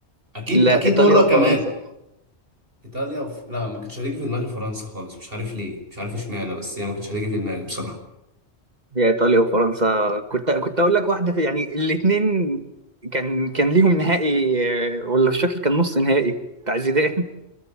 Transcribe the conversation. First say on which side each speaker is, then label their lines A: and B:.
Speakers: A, on the right; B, on the right.
A: اكيد
B: لا
A: اكيد
B: ايطاليا
A: مره
B: وفرنسا
A: كمان ايطاليا وف... لا ما كانتش هتيجي في دماغي فرنسا خالص مش عارف ليه مش عارف اشمعنى بس هي ما كانتش هتيجي في دماغي بصراحه
B: هي ايطاليا وفرنسا كنت كنت اقول لك واحدة في يعني الاتنين كان كان ليهم نهائي آه، ولا مش فاكر كان نص نهائي بتاع زيدان